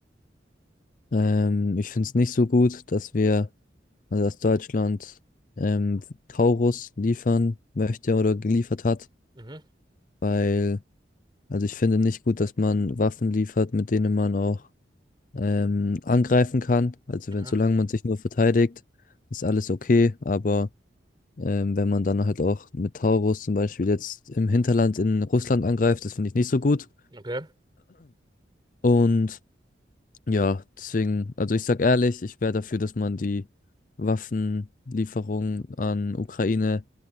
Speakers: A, on the left; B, on the right.
A: Ähm, ich finde es nicht so gut, dass wir, also dass Deutschland ähm, Taurus liefern möchte oder geliefert hat,
B: Mhm.
A: weil Also ich finde nicht gut, dass man Waffen liefert, mit denen man auch ähm, angreifen kann. Also
B: Aha.
A: wenn, solange man sich nur verteidigt, ist alles okay. Aber ähm, wenn man dann halt auch mit Taurus zum Beispiel jetzt im Hinterland in Russland angreift, das finde ich nicht so gut.
B: Okay.
A: Und Ja, deswegen, also ich sag ehrlich, ich wäre dafür, dass man die Waffenlieferungen an Ukraine